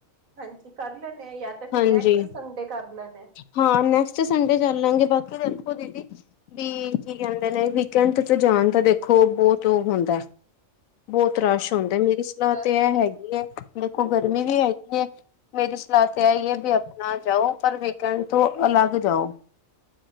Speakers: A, on the right; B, on the left.
A: ਹਾਂਜੀ ਕਰ ਲੈਣੇ ਆ ਜਾਂ ਤਾਂ ਫਿਰ
B: ਹਾਂਜੀ
A: ਨੈਕਸਟ ਸੰਡੇ ਕਰ ਲੈਣੇ ਆ।
B: ਹਾਂ, ਨੈਕਸਟ ਸੰਡੇ ਕਰ ਲਾਂਗੇ ਬਾਕੀ ਦੇਖੋ ਦੀਦੀ ਬੀ ਕੀ ਕੈਂਦੇ ਨੇ ਵੀਕਐਂਡ ਚ ਜਾਣ ਤਾਂ ਦੇਖੋ ਬੋਤ ੳ ਹੁੰਦਾ ਬੋਤ ਰਸ਼
A: ਹਾਂ ਉਹ
B: ਹੁੰਦਾ
A: ਤੇ
B: ਮੇਰੀ
A: ਠੀਕ
B: ਸਲਾਅ
A: ਰਸ਼
B: ਤੇ ਐ
A: ਤਾਂ ਬਹੁਤ
B: ਹੈਗੀ ਐ ਦੇਖੋ ਗਰਮੀ ਵੀ ਹੈਗੀ ਐ, ਮੇਰੀ ਸਲਾਅ ਤੇ ਐਈ ਐ ਬੀ ਆਪਣਾ ਜਾਓ ਪਰ ਵੀਕੈਂਡ ਤੋਂ ਅਲੱਗ ਜਾਓ।